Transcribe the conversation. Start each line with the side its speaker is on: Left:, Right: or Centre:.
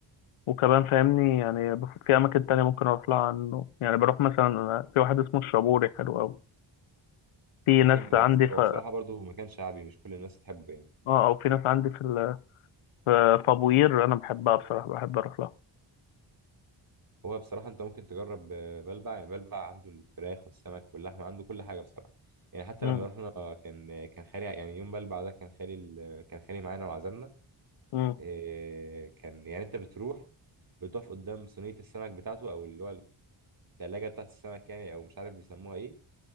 Left: وكمان فاهمني يعني بف- في اماكن تانية ممكن اروح لها عنه يعني بروح مثلا في واحد اسمه الشابوري حلو قوي في
Right: وفي
Left: ناس
Right: هو
Left: عندي
Right: بص-
Left: ف...
Right: هو بصراحة برضه مكان شعبي مش كل الناس تحبه يعني
Left: اه او في ناس عندي في ال... في في ابو قير انا بحبها بصراحة بحب اروح لها
Right: هو بصراحة أنت ممكن تجرب آه، بلبع يعني بلبع عنده الفراخ والسمك واللحمة عنده كل حاجة بصراحة يعني حتى
Left: مم.
Right: لما رحنا كان آه، كان خالي يعني يوم بلبع ده كان خالي ال- كان خالي معانا وعزمنا
Left: مم.
Right: آه، كان يعني أنت بتروح بتقف قدام صينية السمك بتاعته أو اللي هو التلاجة بتاعت السمك يعني أو مش عارف بيسموها إيه